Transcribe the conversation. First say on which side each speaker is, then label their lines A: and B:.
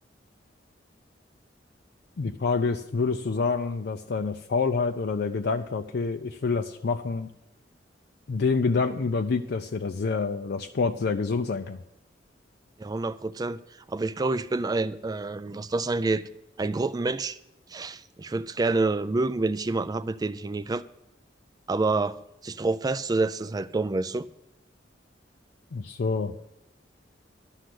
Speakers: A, on the left; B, on the right.
A: Die Frage ist, würdest du sagen, dass deine Faulheit oder der Gedanke, okay, ich will das nicht machen, dem Gedanken überwiegt, dass dir das sehr, dass Sport sehr gesund sein kann?
B: Ja, hundert Prozent. Aber ich glaube, ich bin ein, ähm, was das angeht, ein Gruppenmensch. Ich würde es gerne mögen, wenn ich jemanden habe, mit dem ich hingehen kann. Aber sich drauf festzusetzen, ist halt dumm, weißt du?
A: Ach So.